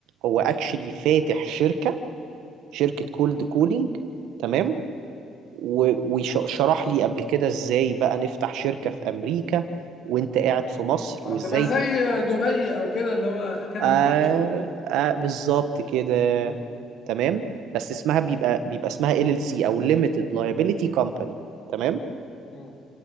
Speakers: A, on the right; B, on the left.
A: هو أكشلي فاتح شركة شركة كولد كولينج تمام وشرح لي قبل كده ازاي بقى نفتح شركة في امريكا وانت قاعد في مصر
B: هتبقى
A: وازاي
B: زي دبي او كده اللي هو حكايه
A: آه
B: الفيرتشوال وكده
A: آه بالظبط كده
B: مم.
A: تمام بس اسمها بيبقى بيبقى اسمها ال ال سي او limited liability company تمام
B: مم.